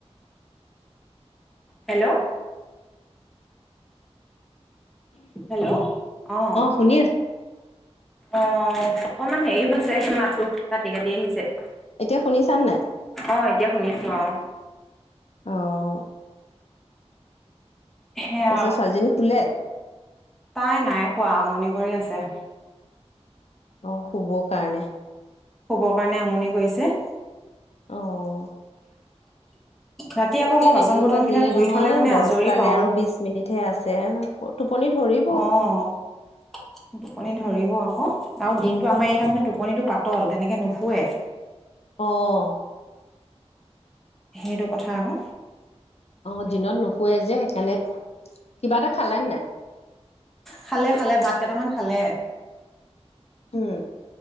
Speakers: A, in the centre; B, on the left.
A: হেল্ল'। হেল্ল' অ'।
B: শুনি আছো
A: অ', অকমান হেৰি হৈছে মাতটো কাটি, কাটি আহিছে।
B: এতিয়া শুনিছা নে নাই।
A: অ', এতিয়া শুনিছোঁ অ'।
B: অ'।
A: সেয়া
B: তাৰপিছত ছোৱালীজনী শুলে।
A: তাই নাই শুৱা আমনি কৰি আছে।
B: অ', শুব কাৰণে।
A: শুবৰ কাৰণে আমনি কৰিছে।
B: অ'।
A: ৰাতি আকৌ
B: এতিয়া
A: মই বাচন
B: হেৰিও
A: বৰ্তন
B: বাজিলে
A: কেইটা ধুই
B: নহয়
A: থলে মানে
B: দহটালে
A: আজৰি পাওঁ।
B: আৰু বিশ মিনিটহে আছে। টোপনি ধৰি।
A: অহ। টোপনি ধৰিব আকৌ আৰু দিনটো আমাৰ এই তাৰমানে টোপনিটো পাতল তেনেকে নুশুৱে। <inaudible>
B: অ'।
A: সেইটো কথা আকৌ।
B: অ', দিনত নুশুৱে যে সেইকাৰণে কিবা এটা খালে নে নাই?
A: খালে খালে ভাত কেইটামান খালে।
B: উম।